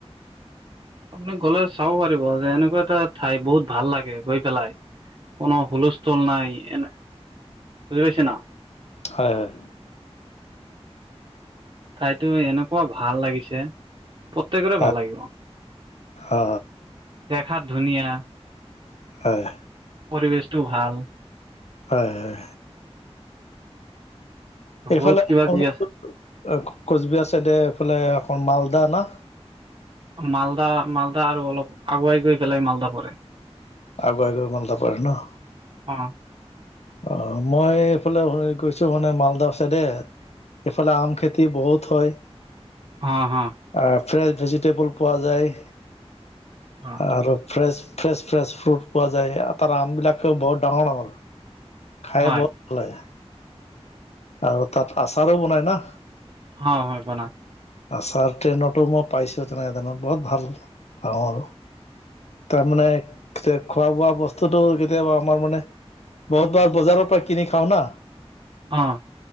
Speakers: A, on the right; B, on the left.
A: আপুনি গ'লে চাব পাৰিব যে এনেকুৱা এটা ঠাই বহুত ভাল লাগে গৈ পেলাই কোনো হুলস্থুল নাই এনে বুজি পাইছে ন
B: হয় হয়।
A: ঠাইতো এনেকুৱা ভাল লাগিছে প্ৰত্যেকৰে
B: হয়
A: ভাল লাগিব
B: অ
A: দেখাত ধুনীয়া
B: হয়
A: পৰিৱেশটো ভাল
B: হয় হয় এইফালে
A: বহুত
B: শ
A: কিবা কিবি আছে
B: কোচবিহাৰ চাইডে এইফালে অক মালদানাা
A: মালদা মালদা আৰু অলপ আগুৱাই গৈ পেলাই মালদা পৰে
B: আগ বাইগ মালত পৰাাৰ ন
A: অ
B: অ মই এইফালে শুনি কৈছো মানে মালদাহ চাইডে এইফালে আম খেতি বহুত হয়
A: হ হা
B: আহ ফ্ৰেচ ভেজিটেবল পোৱা যায়
A: অ
B: আৰু ফ্ৰেছ ফ্ৰেছ ফ্ৰেছ ফ্ৰুট পোৱা যায় আৰু তাৰ আমবিলাকেও বহুত ডাঙৰ ডাঙৰ খাই
A: হয়
B: বহৰ ভাল লাগে আৰু তাত আচাৰো বনাই না
A: হয় হয় বনাই
B: আছাৰ ট্ৰেইনতো মই পাইছো তেনেকে তেনে বহুত ভাল পাওঁ আৰু তাৰমানে খোৱা বোৱা বস্তুতটো কেতিয়াবা আমাৰ মানে বহুত বাৰ বজাৰৰ পৰা কিনি খাও না
A: অঁ,